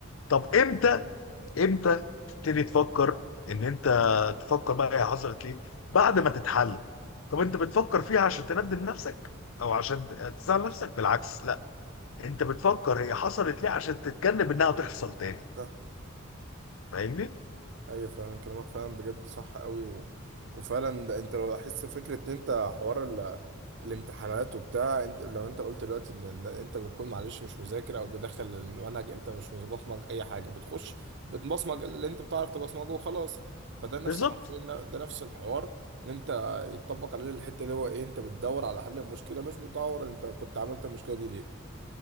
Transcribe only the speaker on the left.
طب امتى امتى تبتدي تفكر ان انت تفكر بقى هي حصلت ليه بعد ما تتحل طب انت بتفكر فيها عشان تندم نفسك او عشان تزعل نفسك بالعكس لا انت بتفكر هي حصلت ليه عشان تتجنب انها تحصل تاني
فاهمني
بالظبط